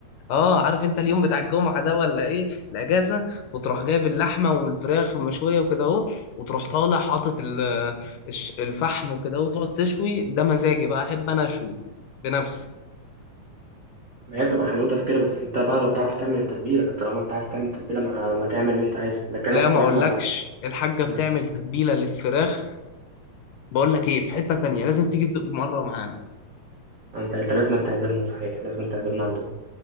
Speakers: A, on the left (about 75°); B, on the right (about 50°).
A: اه عارف انت اليوم بتاع الجمعة ده ولا ايه الاجازة وتروح جايب اللحمة والفراخ المشوية وكده اهو وتروح طالع حاطط ال- الش- الفحم وكده اهو وتقعد تشوي ده مزاجي بقى احب انا اشوي بنفسي
B: ما هي بتبقى حلاوتها في كده بس أنت بقى لو تعرف تعمل التتبيلة طالما أنت عارف تعمل التتبيلة ما, ما تعمل اللي أنت عايزه لكن
A: لا
B: أنا الصراحة
A: ما اقولكش
B: ما
A: الحاجة
B: آه،
A: بتعمل تتبيلة للفراخ بقول لك ايه في حتة تانية لازم تيجي تدوق مرة معانا
B: أنت أنت لازم تعزمنا صحيح لازم تعزمنا عندكم